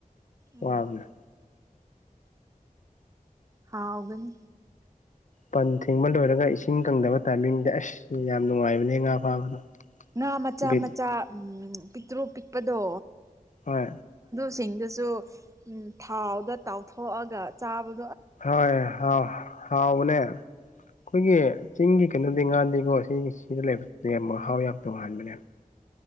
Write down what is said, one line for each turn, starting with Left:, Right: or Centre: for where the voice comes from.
Right: ꯎꯝ
Left: ꯋꯥꯕꯅꯦ
Right: ꯍꯥꯎꯒꯅꯤ
Left: ꯄꯟ ꯊꯤꯡꯕ ꯂꯣꯏꯔꯒ ꯏꯁꯤꯡ ꯀꯪꯗꯕ ꯇꯥꯏꯃꯤꯡꯁꯦ ꯑꯁ ꯌꯥꯝ ꯅꯨꯡꯉꯥꯏꯕꯅꯦ ꯉꯥ ꯐꯥꯕꯗꯣ
Right: ꯉꯥ ꯃꯆꯥ
Left: ꯕꯤꯠ
Right: ꯃꯆꯥ ꯎꯝ ꯄꯤꯛꯇ꯭ꯔꯨ ꯄꯤꯛꯄꯗꯣ
Left: ꯍꯣꯏ
Right: ꯆꯤꯡꯗꯨꯁꯨ ꯊꯥꯎꯗ ꯇꯥꯎꯊꯣꯛ ꯑꯒ ꯆꯥꯕ
Left: ꯍꯣꯏ ꯍꯥꯎ ꯍꯥꯎꯕꯅꯦ ꯑꯩꯈꯣꯏꯒꯤ
Right: ꯎꯝ
Left: ꯆꯤꯡꯒꯤ ꯀꯩꯅꯣꯗꯤ ꯉꯥꯗꯤꯀꯣ ꯁꯤꯒꯤ ꯁꯤꯗ ꯂꯩꯕ ꯌꯥꯝ ꯃꯍꯥꯎ ꯌꯥꯝ ꯇꯣꯉꯥꯟꯕꯅꯦ